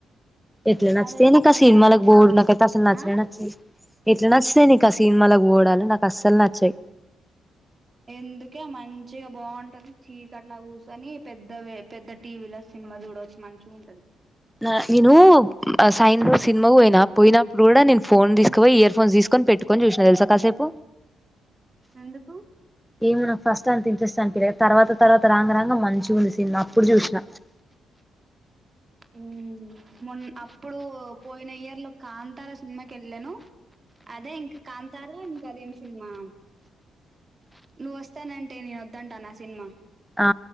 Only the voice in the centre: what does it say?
ఎట్ల నచ్చితయ్
నీక
సినిమాలకు బోవుడు
నాకైతే అసలు నచ్చనే
నచ్చదే ఎట్లనచ్చితాయ్ నీకా సినిమాలకి పోవుడాలు నాకు అస్సల్ న. ఛె
నా నేను మ్ సైన్బో సినిమక్ బోయ్న. నా పోయినప్పుడు గూడా నేను ఫోన్ దీస్కబొయ్ ఇయర్ ఫోన్స్ దీస్కొని పెట్టుకొన్ జూష్న తెల్సా కాసేపు.
ఏమ్ నాక్ ఫస్టంత ఇంట్రెస్ట్ అనిపీలేదు తర్వాత తర్వాత రాంగ రాంగ మంచిగుంది సీను అప్పుడు జూష్న.
ఆ